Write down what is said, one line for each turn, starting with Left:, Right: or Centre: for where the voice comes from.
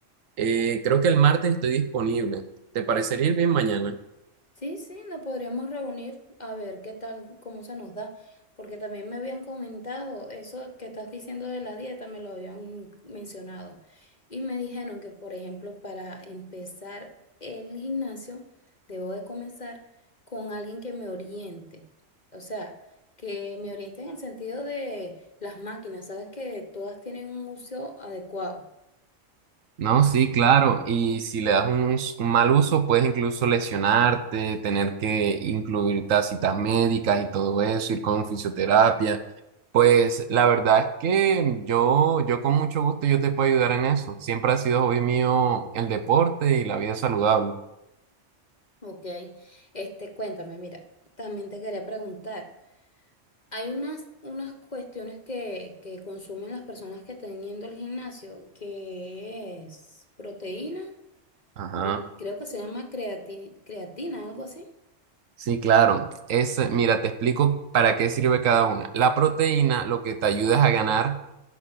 Right: Eh, creo que el martes estoy disponible. ¿Te parecería ir bien mañana?
Left: Sí, sí, nos podríamos reunir a ver qué tal, cómo se nos da, porque también me habían comentado eso que estás diciendo de la dieta, me lo habían mencionado y me dijeron que, por ejemplo, para empezar el gimnasio, debo de comenzar con alguien que me oriente, o sea, que me oriente en el sentido de las máquinas, sabes que todas tienen un uso adecuado,
Right: No, sí, claro. Y si le das un, us- un mal uso, puedes incluso lesionarte, tener que incluir tas- citas médicas y todo eso, ir con fisioterapia. Pues la verdad es que yo, yo con mucho gusto yo te puedo ayudar en eso. Siempre ha sido hobby mío el deporte y la vida saludable.
Left: ¿ok? Este, cuéntame, mira, también te quería preguntar. Hay unas, unas cuestiones que, que consumen las personas que están yendo al gimnasio, que es proteína
Right: Ajá.
Left: y creo que se llama creati- creatina, algo así.
Right: Sí, claro. Es, mira, te explico para qué sirve cada una. La proteína lo que te ayuda es a ganar